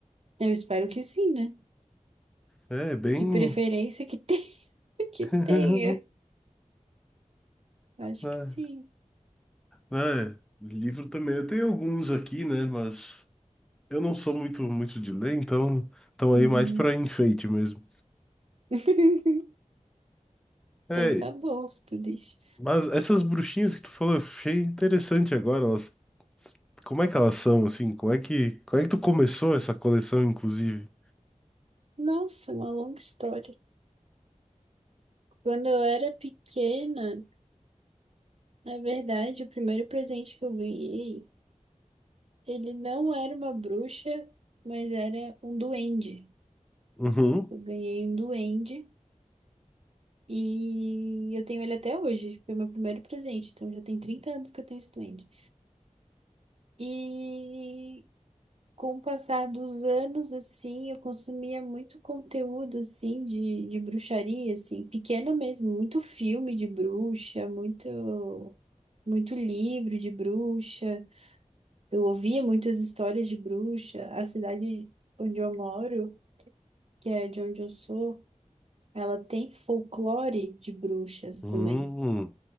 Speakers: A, on the right; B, in the centre.
A: Eu espero que sim, né?
B: É, bem...
A: De preferência que tenha. <laughs> Que
B: <laughs>
A: tenha. Acho
B: É,
A: que sim.
B: é, livro também. Eu tenho alguns aqui, né? Mas eu não sou muito, muito de ler, então estão aí
A: Uhum.
B: mais para enfeite mesmo.
A: <laughs>
B: É,
A: Então tá bom, se tu diz.
B: Mas essas bruxinhas que tu falou, eu achei interessante agora. Elas, como é que elas são, assim? Como é que, como é que tu começou essa coleção, inclusive?
A: Nossa, uma longa história. Quando eu era pequena, na verdade, o primeiro presente que eu ganhei. Ele não era uma bruxa, mas era um duende.
B: Uhum.
A: Eu ganhei um duende e eu tenho ele até hoje. Foi meu primeiro presente, então já tem 30 anos que eu tenho esse duende. E com o passar dos anos, assim, eu consumia muito conteúdo, assim, de, de bruxaria, assim, pequena mesmo, muito filme de bruxa, muito. Muito livro de bruxa, eu ouvia muitas histórias de bruxa. A cidade onde eu moro que é de onde eu sou, ela tem folclore de bruxas
B: Hum,
A: também.